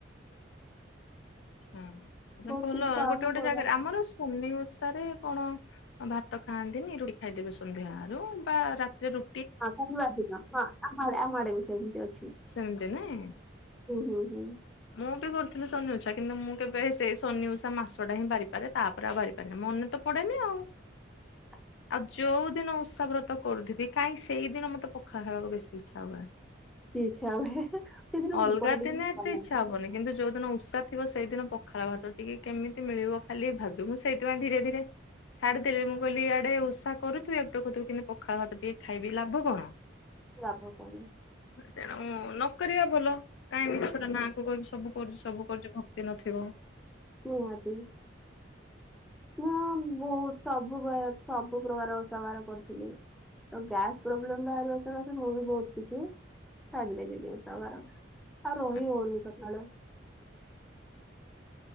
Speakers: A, on the left; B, in the centre.
A: ଆଛା
B: ବହୁତ
A: ଭଲ
B: କିଛି ପାଳନ
A: ଗୋଟେ ଗୋଟେ
B: କରିବା
A: ଜାଗାରେ ଆମର ସୋନି ଓଷାରେ କଣ ଭାତ ଖାଆନ୍ତିନି ରୁଟି ଖାଇଦେବେ ସନ୍ଧ୍ୟା ଆରୁ ବା ରାତିରେ ରୁ
B: ହଁ ଶନିବାର ଦିନ ହଁ ଆମ ଆଡେ ଆମ ଆଡେ ବି ସେମିତି ଅଛି।
A: ସେମିତି ନାଇଁ।
B: ହୁଁ ହୁଁ ହୁଁ
A: ମୁଁ ବି କରୁଥିଲି ସନି ଓଷା କିନ୍ତୁ ମୁଁ କେବେ ସେଇ ସନି ଉଷା ମାସଟା ହିଁ ବାହାରିପାରେ ତାପରେ ଆଉ ବାରିି କାହିଁନା ମନେ ତ ପଡେନି ଆଉ।
B: ହଁ
A: ଆଉ ଯୋଉଦିନ ଓସା ବ୍ରତ ତ କରୁଥିବି କାହିଁ ସେଇଦିନ ମତେ ପଖାଳ ଖାଇବାକୁ ବେଶୀ ଇଚ୍ଛା ହୁଏ।
B: ଇଛା ହୁଏ। ସେଦିନ
A: ଅଲଗା
B: ଭୋକଟା ଟିକେ
A: ଦିନେ ଏତେ
B: ଭଲ ଲାଗୁନି।
A: ଇଚ୍ଛା ହବନି। କିନ୍ତୁ ଯୋଉ ଦିନ ଓଷା ଥିବ ସେଇଦିନ ପଖାଳ ଭାତ ଟିକେ କେମିତି ମିଳିବ ଖାଲି ଭାବି ମୁୁ ସେଇଥିପାଇଁ ଧୀରେ ଧୀରେ ଛାଡ଼ିଦେଲି। ମୁଁ କହିଲି ଏଆଡେ ଉଷା କରୁଥିବି ଏପଟେ କହୁଥିବି କେନ୍ତି ପଖାଳ ଭାତ ଟିକେ ଖାଇବି ଲାଭ କଣ।
B: ଲାଭ କଣ।
A: ତେଣୁ ନକରିବା ଭଲ। କାଇଁ ମିଛରେ ନାଁକୁ କହିବି ସବୁ କରୁଛି ସବୁ କରୁଛି ନଥିବ।
B: ହୁଁ ନିହାତି। ହ ବହୁତ ସବୁ ବେଳେ ସବୁ ପ୍ରକାର ଓଷା ବାର କରିଥିଲି। ତ ଗ୍ୟାସ୍ ପ୍ରୋବ୍ଲେମ ବାହାରିବା ସକାଶେ ମୁଁ ବି ବହୁତ କିଛି ଛାଡିଦେଲିନି ଓଷା ବାର। ଆଉ ରହି
A: ହଁ
B: ହଉନି ସକାଳ